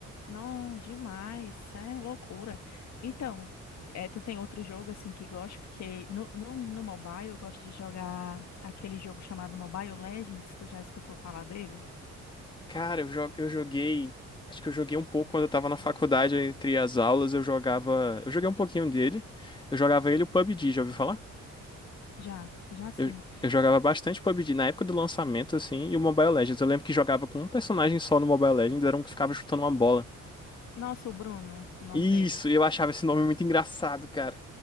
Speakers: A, on the left; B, on the left.
A: Não, demais. Isso é loucura. Então, é, tu tem outro jogo, assim, que gosta? Porque no, no, no mobile eu gosto de jogar aquele jogo chamado Mobile Legends. Tu já escutou falar dele?
B: Cara, eu, jo- eu joguei. Acho que eu joguei um pouco quando eu tava na faculdade, entre as aulas, eu jogava. Eu joguei um pouquinho dele. Eu jogava ele e o PUBG, já ouviu falar?
A: Já, já sim.
B: Eu, eu jogava bastante PUBG na época do lançamento, assim, e o Mobile Legends. Eu lembro que jogava com um personagem só no Mobile Legends, era um que ficava chutando uma bola.
A: Nossa, o Bruno, o nome
B: Isso,
A: dele.
B: eu achava esse nome muito engraçado, cara.